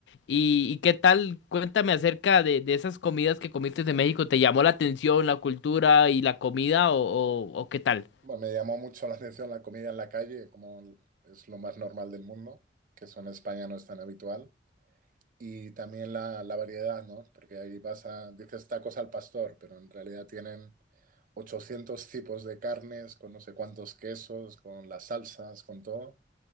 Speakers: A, on the left (about 75°); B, on the right (about 50°).
A: y, y qué tal, cuéntame acerca de, de esas comidas que comiste de México, ¿te llamó la atención la cultura y la comida o, o o qué tal?
B: Bueno, me llamó mucho la atención la comida en la calle, como es lo más normal del mundo, que eso en España no es tan habitual. Y también la, la variedad, ¿no? Porque ahí vas a, dices tacos al pastor, pero en realidad tienen Ochocientos tipos de carnes, con no sé cuántos quesos, con las salsas, con todo.